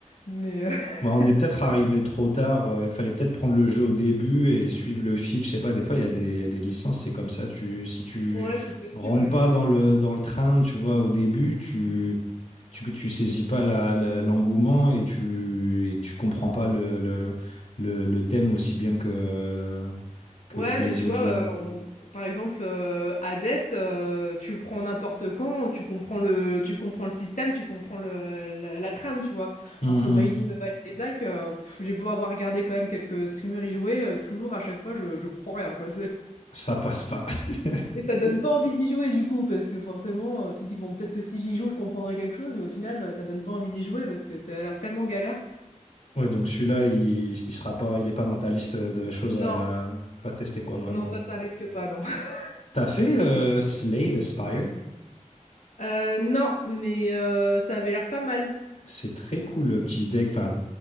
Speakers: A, on the left (about 80°); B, on the left (about 60°).
A: Mais euh, <laughs>
B: Ouais, on est peut-être arrivé trop tard. euh, Il fallait peut-être prendre le jeu au début et suivre le fil. Je sais pas, des fois, il y a des, il y a des licences, c'est comme ça. Tu, si tu
A: Ouais, c'est possible,
B: rentres
A: ouais.
B: pas dans le, dans le train, tu vois, au début, tu, tu, tu saisis pas la, la- l'engouement et tu, et tu comprends pas le, le, le, le thème aussi bien que, que,
A: ouais,
B: que
A: mais
B: les
A: tu vois,
B: autres jeux
A: euh, on- par exemple, euh, Hades, euh, tu le prends n'importe quand, tu comprends le, tu comprends le système, tu comprends le, la, la trame, tu vois.
B: Mhm.
A: Alors que Binding of Isaac, euh, pff, j'ai beau avoir regardé quand même quelques streamers y jouer, euh, toujours à chaque fois, je, je comprends rien, quoi.
B: Ça passe pas. <laughs>
A: Et ça donne pas envie d'y jouer du coup, parce que forcément, euh, tu te dis, bon, peut-être que si j'y joue, je comprendrai quelque chose, mais au final, euh, ça donne pas envie d'y jouer parce que ça a l'air tellement galère.
B: Ouais, donc celui-là, il, il sera pas, il est pas dans ta liste de choses à,
A: Non,
B: à tester, quoi, vraiment.
A: non, ça, ça risque pas, non. <laughs>
B: T'as fait euh, Slay the Spire?
A: Euh, non, mais euh, ça avait l'air pas mal.
B: C'est très cool le petit deck, enfin